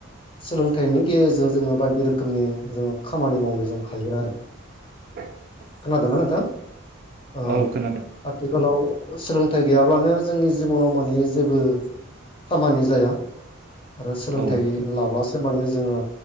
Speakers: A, on the left (about 25°); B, on the right (about 45°).
A: सोलोंथाइनि गेजेरजों जोङो बायदि रोखोमनि जोङो खामानि मावनो जों हायो आरो।
B: <inaudible>
A: खोनादोंमोन नोंथां अ
B: औ खोनादों
A: आथिखालाव सोलोंथाइ गैयाब्लानो जोंनि जिबनाव माने जेबो खामानि जाया। आरो सोलोंथाइ
B: औ
A: लाब्ला सो माने जोङो